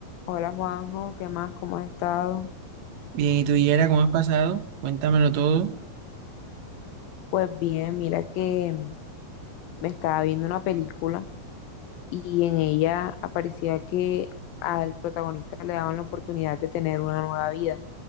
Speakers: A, on the left (about 80°); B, on the right (about 60°).
A: Hola Juanjo, ¿qué más? ¿Cómo has estado?
B: Bien, ¿y tú, Yera, cómo has pasado? Cuéntamelo todo.
A: Pues bien, mira que mm, me estaba viendo una película y en ella aparecía que al protagonista le daban la oportunidad de tener una nueva vida.